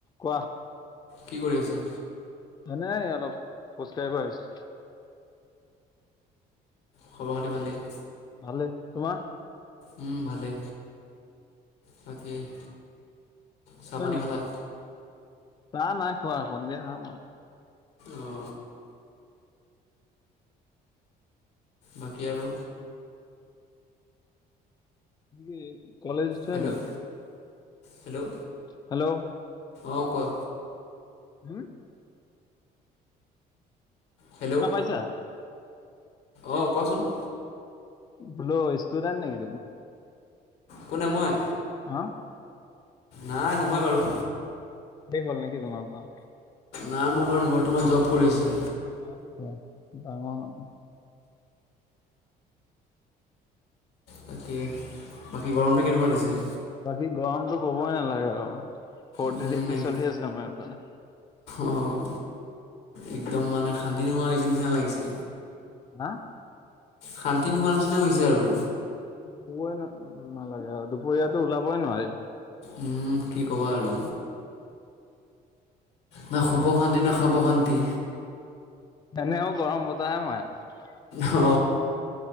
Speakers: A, on the left (about 25°); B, on the left (about 85°).
A: কোৱা-
B: কি কৰি আছা।
A: এ নাই অলপ খোজ কাঢ়িব আহিছো
B: খব খাতি ভালেই-
A: ভালে তোমাৰ-
B: উম ভালে বাকী- চাহ
A: <unintelligible>
B: পানী খালা?
A: চাহ নাই খোৱা সন্ধীয়া খাম
B: অ বাকী আৰু
A: তুমি কি কলেজ ইস্টুডেণ্ট
B: হেল্ল'
A: নেকি।
B: হেল্ল'
A: হেল্ল'
B: অ কোৱা-
A: হম
B: হেল্ল'
A: শুনা পাইছা
B: অঁ কোৱাচোন
A: বোলো ইস্টুডেণ্ট নেকি
B: কোনে মই
A: হা
B: নাই নহয়। বাৰু
A: দেখ হ'ল নেকি তোমাৰ পৰা-
B: নাই মই বাৰু বৰ্তমান জব কৰি আছো।
A: আচছা ডাঙৰ মানুহ
B: বাকী বাকী গৰমটো কেনেকুৱা দিছে।
A: বাকী গৰমতো কবই নালাগে আৰু- ফৰটি
B: উম
A: ডীগ্ৰী
B: এক
A: চলি আছে আমাৰফালে-
B: অঁ একদম মানে শান্তি নোহোৱা হৈছে নিচিনা লাগিছে।
A: হা
B: শান্তি নোহোৱা নিচিনা হৈছে। আৰু
A: কবই নালাগে আৰু দুপৰীয়াতো ওলাবই নোৱাৰি
B: উম কি ক'বা আৰু না শুব শান্তি না খাব শান্তি
A: এনেও গৰম বতাহে মাৰে।
B: অ